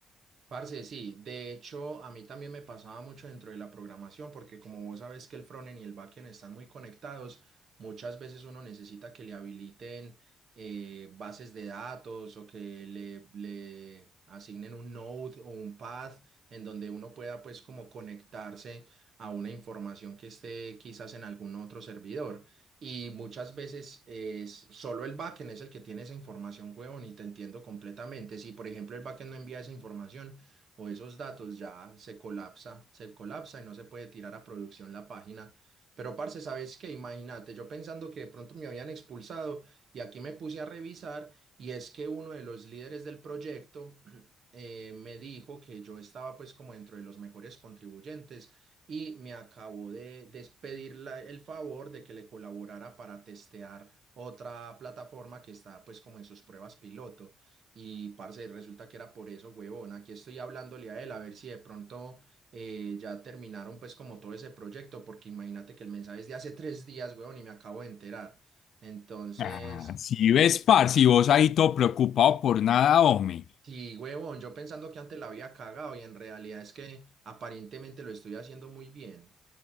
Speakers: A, on the right (about 60°); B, on the left (about 65°).
A: Parce, sí, de hecho a mí también me pasaba mucho dentro de la programación, porque como vos sabes que el frontend y el backend están muy conectados, muchas veces uno necesita que le habiliten eh, bases de datos o que le, le asignen un node o un path en donde uno pueda pues como conectarse a una información que esté quizás en algún otro servidor. Y muchas veces es, solo el backend es el que tiene esa información, huevón, y te entiendo completamente. Si, por ejemplo, el backend no envía esa información, o esos datos ya se colapsa, se colapsa y no se puede tirar a producción la página. Pero, parce, ¿sabes qué? Imagínate, yo pensando que de pronto me habían expulsado y aquí me puse a revisar y es que uno de los líderes del proyecto <clears throat> eh, me dijo que yo estaba pues como dentro de los mejores contribuyentes y me acabó de despedir la- el favor de que le colaborara para testear otra plataforma que está pues como en sus pruebas piloto. Y parce, resulta que era por eso, huevón. Aquí estoy hablándole a él a ver si de pronto eh, ya terminaron pues como todo ese proyecto, porque imagínate que el mensaje es de hace tres días, huevón, y me acabo de enterar. Entonces,
B: Ah, si ves, par, si vos ahí todo preocupado por nada, hombre.
A: sí, huevón, yo pensando que antes la había cagado y en realidad es que aparentemente lo estoy haciendo muy bien.